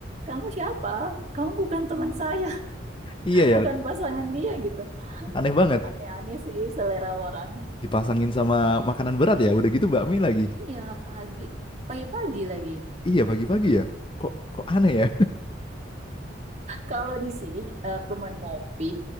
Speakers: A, on the right; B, on the left.
A: Kamu siapa? Kamu bukan teman saya,
B: Iya
A: <laughs>
B: ya,
A: bukan pasangan dia gitu.
B: aneh banget.
A: Aneh-aneh sih selera orang.
B: Dipasangin sama makanan berat ya, udah gitu bakmi lagi.
A: Iya, pagi. Pagi-pagi lagi.
B: Iya pagi-pagi ya. Kok kok aneh ya?
A: Kalau di sini eh, teman ngopi,